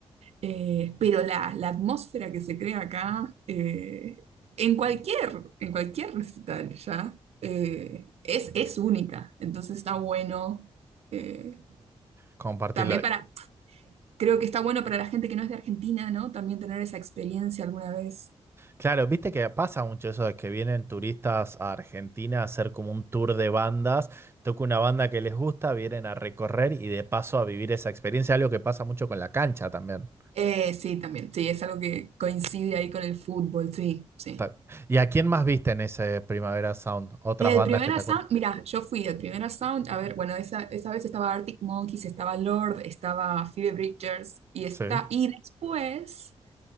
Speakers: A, on the right; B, on the right.
A: Eh, pero la, la atmósfera que se crea acá, eh, en cualquier, en cualquier recital ya, eh, es, es única. Entonces está bueno, eh,
B: compartirlo.
A: también para, creo que está bueno para la gente que no es de Argentina, ¿no? También tener esa experiencia alguna vez.
B: Claro, viste que pasa mucho eso de que vienen turistas a Argentina a hacer como un tour de bandas, toca una banda que les gusta, vienen a recorrer y de paso a vivir esa experiencia, algo que pasa mucho con la cancha también.
A: Eh, sí, también, sí, es algo que coincide ahí con el fútbol, sí, sí.
B: Ta- ¿Y a quién más viste en ese Primavera Sound? ¿Otras
A: Eh,
B: bandas
A: El primer
B: que te acuerdas?
A: Sound, mira, yo fui el primer Sound, a ver, bueno, esa, esa vez estaba Arctic Monkeys, estaba Lord, estaba Phoebe Bridgers y
B: Sí,
A: está, y después,